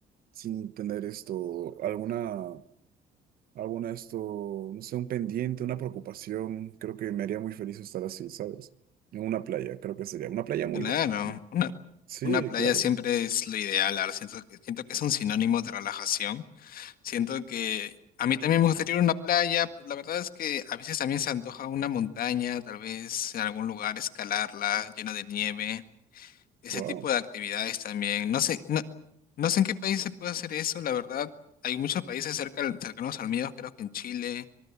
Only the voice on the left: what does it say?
Claro,
una,
una playa
siempre es lo ideal, ahora siento que, siento que es un sinónimo de relajación Siento que a mí también me gustaría ir a una playa, pero la verdad es que a veces también se antoja una montaña, tal vez en algún lugar escalarla, llena de nieve, ese
tipo de actividades también. No sé, no, no sé en qué país se puede hacer eso, la verdad. Hay muchos países cerca, cercanos al mío, creo que en Chile,